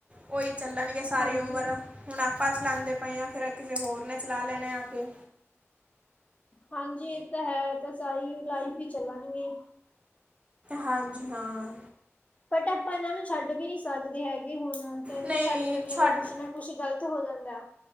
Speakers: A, on the right; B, on the left.
A: ਉਹੀ ਚੱਲਣਗੇ ਸਾਰੀ
B: ਹਾਂਜੀ
A: ਉਮਰ ਹੁਣ ਆਪਾਂ ਚਲਾਂਦੇ ਪਏ ਹਾਂ ਫਿਰ ਕਿਸੇ ਹੋਰ ਨੇ ਚਲਾ ਲੈਣੇ ਆ ਕੇ
B: ਹਾਂਜੀ ਇਹ ਤਾਂ ਹੈ ਤਾਂ ਸਾਰੀ ਲਾਈਫ ਹੀ ਚੱਲਣਗੇ।
A: ਹਾਂਜੀ ਹਾਂ।
B: ਬਟ ਆਪਾਂ ਇਹਨਾਂ ਨੂੰ ਛੱਡ ਵੀ ਨੀ ਸਕਦੇ ਹੈਗੇ। ਹੋਣ ਕਿਉਂਕਿ
A: ਨਹੀਂ
B: ਛੱਡ ਦੇਦੇਾਂ
A: ਛੱਡ
B: ਤੇ ਕੁੱਛ ਨਾ ਕੁੱਛ ਗਲਤ ਹੋ ਜਾਂਦਾ।